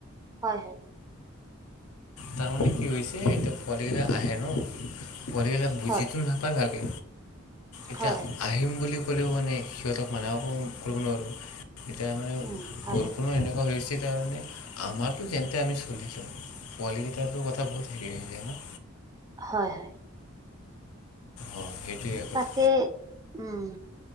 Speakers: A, on the right; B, on the left.
A: হয় হয়
B: তাৰমানে কি হৈছে এতিয়া পোৱালিগিটা আহে ন পোৱালিগিটা বুজিটো
A: হয়
B: নাপায় ভালাকে এতিয়া
A: হয় হয়
B: আহিম বুলি ক'লেও মানে সিহঁতক মানাও কৰিব নোৱাৰোঁ এতিয়া মানে
A: উম হয়
B: বৰষুণো
A: হয়
B: এনেকুৱা হৈছে তাৰমানে আমাৰতো যেনতেন আমি চলি যাম পোৱালীগিটাৰটো কথা বহুত হেৰি হৈ যায় ন
A: হয় হয়
B: অ সেইটোৱে কথা
A: কে উম